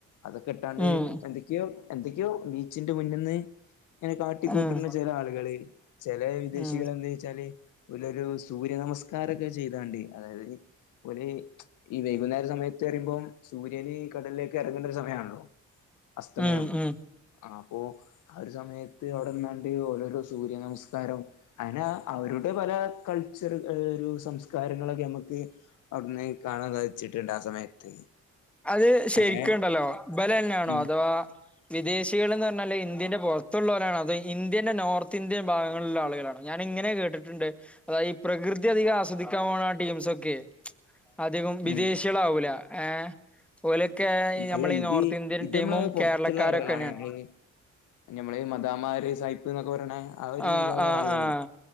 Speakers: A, on the left (about 80°); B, in the centre.
A: അതൊക്കെ ഇട്ടാണ്ട്
B: ഉം
A: എന്തൊക്കെയോ... എന്തൊക്കെയോ ബീച്ചിന്റെ മുന്നന്ന് ഇങ്ങനെ കാട്ടിക്കൂട്ടുന്ന
B: ഉം
A: ചില ആളുകള് ചില വിദേശ..
B: ഉം
A: ന്താച്ചാല് ഒരു സൂര്യ നമസ്കാരംക്കെ ചെയ്താണ്ട് അതായത്... <unintelligible> പോലെ ഈ വൈകുന്നേര സമയത്ത് വരുമ്പം സൂര്യന് ഈ കടലിലേ ഇറങ്ങേണ്ട ഒരു സമയണല്ലോ അസ്തമയം
B: ഉം ഉം
A: ആ അപ്പോ ആ ഒരു സമയത്ത് അവിടെന്നാണ്ട് ഓരോരോ സൂര്യനമസ്കാരം അയ്നാ അവരുടെ പല കൾച്ചറുകൾ ഒരു സംസ്കാരങ്ങളൊക്കെ നമുക്ക് അവിടുന്ന് കാണാൻ സാധിച്ചിട്ടുണ്ട് ആ സമയത്ത്
B: അത് ശരിക്കുണ്ടല്ലോ
A: അങ്ങനെ
B: ഇബല തന്നെയാണോ
A: ഉം
B: അതോ വിദേശികൾ എന്ന് പറഞ്ഞാല് ഇന്ത്യന്റെ പുറത്തോള്ളോരാണോ അത് ഇന്ത്യന്റെ നോർത്ത് ഇന്ത്യൻ ഭാഗങ്ങളിലുള്ള ആളുകളാണോ ഞാന് ഇങ്ങനെ കേട്ടിട്ടുണ്ട് അതായത് ഈ പ്രകൃതി അധികം ആസ്വദിക്കാൻ പോണ ആ ടീംസൊക്കെ അധികം വിദേശികളാവൂല
A: ഉം
B: ഏഹ് ഓലൊക്കെ നമ്മളീ
A: അല്ല ഇത്
B: നോർത്ത് ഇന്ത്യൻ
A: ഇത്
B: ടീമും
A: നമ്മള് പൊറത്തുള്ള
B: കേരളക്കാരൊക്കെന്നെയാണ്
A: ആളുകളാണ് <unintelligible> ഞമ്മള് മദാമ്മമാര് സായിപ്പ് എന്നൊക്കെ പറയണ ആ ഒരു
B: ആഹ്
A: വിഭാഗം
B: ആഹ്
A: ആളുകളി
B: ആഹ്